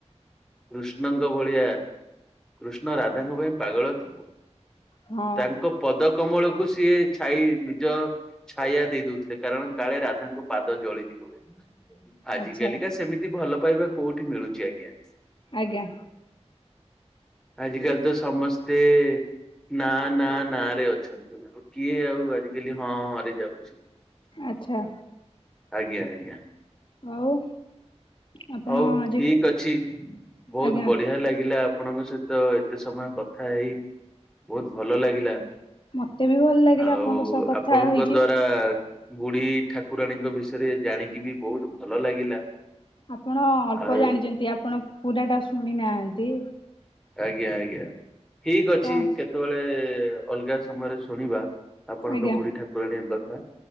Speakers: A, in the centre; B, on the left.
A: କୃଷ୍ଣଙ୍କ ଭଳିଆ କୃଷ୍ଣ ରାଧାଙ୍କ ପାଇଁ ପାଗଳ ଥିବ
B: ହଁ
A: ତାଙ୍କ ପଦ କମଳକୁ ସିଏ ଛାଇ ନିଜ ଛାୟା ଦେଇ ଦଉଥିଲେ କାରଣ କାଳେ ରାଧାଙ୍କ ପାଦ ଜଳିଯିବ। ଆଜି
B: ଆଚ୍ଛା
A: କାଲିକା ସେମିତି ଭଲ ପାଇବା କୋଉଁଠି ମିଳୁଛି ଆଜ୍ଞା।
B: ଆଜ୍ଞା।
A: ଆଜି କାଲି ତ ସମସ୍ତେ ନାଁ ନାଁ ନାଁ ରେ ଅଛନ୍ତି। କିଏ ଆଉ ଆଜିକାଲି ହଁ ହଁ ରେ ଯାଉଛି।
B: ଆଛା।
A: ଆଜ୍ଞା ଆଜ୍ଞା।
B: ଆଉ ଆପଣ
A: ହଉ
B: ଆଜି
A: ଠିକ ଅଛି ବହୁତ
B: ଆଜ୍ଞା
A: ବଢିଆ ଲାଗିଲା ଆ ଆପଣଙ୍କ ସହିତ ଏତେ ସମୟ କଥାହେଇ ବୋହୁତ ଭଲ ଲାଗିଲା।
B: ମତେ ବି ଭଲ ଲାଗିଲା
A: ଆଉ
B: ଆପଣଙ୍କ ସହ କଥା
A: ଆପଣଙ୍କ
B: ହେଇକି
A: ଦ୍ଵାରା ବୁଢୀ ଠାକୁରାଣୀଙ୍କ ବି ବିଷୟରେ ଜାଣିକି ବି ବୋହୁତ ଭଲ ଲାଗିଲା।
B: ଆପଣ ଅଳ୍ପ
A: ଆଉ
B: ଜାଣିଚନ୍ତି ଆପଣ ପୁରାଟା ଶୁଣିନାହାନ୍ତି।
A: ଆଜ୍ଞା ଆଜ୍ଞା ଠିକଅଛି
B: ତ
A: ସେତେବେଳେ ଅଲଗା ସମୟରେ ଶୁଣିବା। ଆପଣଙ୍କ
B: ଆଜ୍ଞା
A: ବୁଢୀ ଠାକୁରାଣୀଙ୍କ କଥା।